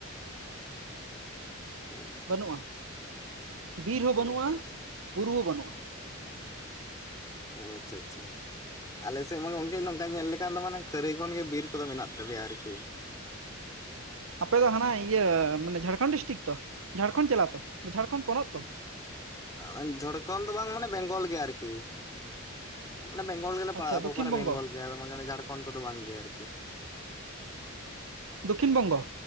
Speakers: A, on the left (about 15°); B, on the right (about 75°).
A: <inaudible>
B: ᱵᱟᱹᱱᱩᱜᱼᱟ, ᱵᱤᱨ
A: ᱚ
B: ᱦᱚᱸ ᱵᱟᱹᱱᱩᱜᱼᱟ
A: ᱟᱪᱪᱷᱟ ᱟᱪᱪᱷᱟ
B: ᱵᱩᱨᱩ ᱦᱚᱸ ᱵᱟᱹᱱᱩᱜᱼᱟ᱾
A: ᱚ ᱟᱪᱪᱷᱟ ᱟᱪᱪᱷᱟ ᱟᱞᱮ ᱥᱮᱫ ᱢᱟ ᱜᱚᱝᱠᱮ ᱱᱚᱝᱠᱟ ᱧᱮᱞ ᱞᱮᱠᱷᱟᱱ ᱫᱚ ᱢᱟᱱᱮ ᱠᱷᱟᱹᱨᱟᱹᱭ ᱠᱷᱚᱱ ᱜᱮ ᱵᱤᱨ ᱠᱚᱫᱚ ᱢᱮᱱᱟᱜ ᱛᱟᱞᱮᱭᱟ ᱟᱨᱠᱤ᱾
B: ᱟᱯᱮ ᱫᱚ ᱦᱟᱱᱟ ᱤᱭᱟᱹ ᱢᱟᱱᱮ ᱡᱷᱟᱲᱠᱷᱚᱱᱰ ᱰᱤᱥᱴᱤᱠ ᱛᱚ, ᱡᱷᱟᱲᱠᱷᱚᱱᱰ ᱡᱮᱞᱟ ᱛᱚ, ᱡᱷᱟᱲᱠᱷᱚᱱᱰ ᱯᱚᱱᱚᱛ ᱛᱚ᱾
A: ᱮ ᱡᱷᱟᱲᱠᱷᱚᱱᱰ ᱫᱚ ᱵᱟᱝ ᱢᱟᱱᱮ ᱵᱮᱝᱜᱚᱞ ᱜᱮ ᱟᱨᱠᱤ᱾ ᱢᱟᱱᱮ ᱵᱮᱝᱜᱚᱞ ᱜᱮᱞᱮ
B: ᱟᱪᱪᱷᱟ
A: ᱯᱟᱲᱟᱜ-ᱟ
B: ᱫᱚᱠᱠᱷᱤᱱ
A: ᱯᱚᱯᱟᱨ
B: ᱵᱚᱝᱜᱚ
A: ᱵᱮᱝᱜᱚᱞ ᱜᱮ ᱟᱫᱚ <unintelligible> ᱡᱷᱟᱲᱠᱷᱚᱱᱰ ᱠᱚᱫᱚ ᱵᱟᱝ ᱜᱮ ᱟᱨᱠᱤ᱾
B: ᱫᱚᱠᱠᱷᱤᱱ ᱵᱚᱝᱜᱚ